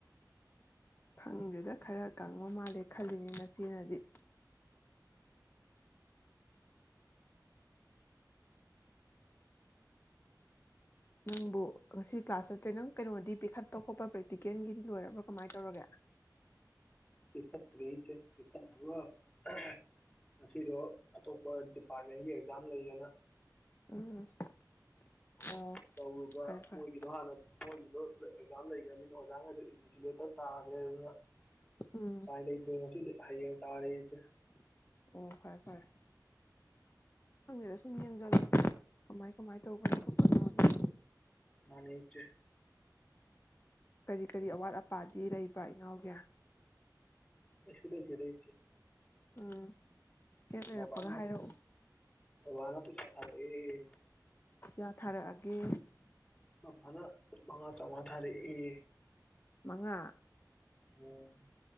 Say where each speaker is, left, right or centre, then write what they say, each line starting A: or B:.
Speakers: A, on the left (about 35°); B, on the left (about 15°).
A: ꯈꯪꯗꯦꯗ ꯈꯔ ꯀꯪꯕ ꯃꯥꯜꯂꯦ ꯈꯜꯂꯤꯅꯤ ꯅꯆꯦꯅꯗꯤ ꯅꯪꯕꯨ ꯉꯁꯤ ꯀ꯭ꯂꯥꯁ ꯆꯠꯇ꯭ꯔꯦ ꯅꯪ ꯀꯩꯅꯣꯗꯤ ꯄꯤꯈꯠꯄ ꯈꯣꯠꯄ ꯄ꯭ꯔꯦꯛꯇꯤꯀꯦꯜꯒꯤꯗꯤ ꯂꯣꯏꯔꯕ꯭ꯔꯥ ꯀꯃꯥꯏ ꯇꯧꯔꯒꯦ
B: ꯄꯤꯈꯠꯇ꯭ꯔꯤ ꯏꯆꯦ ꯄꯤꯈꯠꯅꯕ ꯑꯍꯍ--ꯉꯁꯤꯗꯣ ꯑꯇꯣꯞꯄ ꯗꯤꯄꯥꯔꯠꯃꯦꯟꯒꯤ ꯑꯦꯛꯖꯥꯝ ꯂꯩꯌꯦꯅ
A: ꯎꯝ ꯑꯣ
B: ꯇꯧꯔꯨꯕ
A: ꯐꯔꯦ ꯐꯔꯦ
B: ꯃꯣꯏꯒꯤꯗꯣ ꯍꯥꯟꯅ ꯃꯣꯏꯒꯤꯗꯣ ꯂꯣꯏ ꯖꯥꯝ ꯂꯩꯒ꯭ꯔꯃꯤꯅ ꯑꯣꯖꯥ ꯉꯩ ꯏꯟꯚꯤꯖꯤꯂꯦꯇꯔ ꯇꯥꯒ꯭ꯔꯦ ꯑꯗꯨꯅ
A: ꯎꯝ
B: ꯎꯄꯥꯏ ꯂꯩꯇ꯭ꯔꯦ ꯉꯁꯤꯗꯤ ꯍꯌꯦꯡ ꯇꯥꯔꯦ ꯏꯆꯦ
A: ꯑꯣ ꯐꯔꯦ ꯐꯔꯦ ꯈꯪꯗꯦꯗ ꯁꯨꯝ ꯌꯦꯡꯖꯜꯂꯣ ꯀꯃꯥꯏ ꯀꯃꯥꯏ ꯇꯧꯕꯅꯣ ꯈꯣꯠꯄꯅꯣꯗꯣ
B: ꯃꯥꯅꯦ ꯏꯆꯦ
A: ꯀꯔꯤ ꯀꯔꯤ ꯑꯋꯥꯠ ꯑꯄꯥꯗꯤ ꯂꯩꯕ ꯏꯅꯥꯎꯒꯤ
B: ꯀꯩꯁꯨ ꯂꯩꯇꯦꯗ ꯏꯆꯦ
A: ꯎꯝ ꯍꯦꯛ ꯂꯩꯔꯛꯄꯒ
B: ꯕꯕꯥꯅ
A: ꯍꯥꯏꯔꯛꯎ
B: ꯕꯕꯥꯅ ꯄꯩꯁꯥ ꯊꯥꯔꯛꯑꯦ
A: ꯀꯌꯥ ꯊꯥꯔꯛꯑꯒꯦ
B: ꯍꯟꯗꯛ ꯃꯉꯥ ꯆꯧꯉꯥ ꯊꯥꯔꯛꯑꯦ
A: ꯃꯉꯥ
B: ꯎꯝ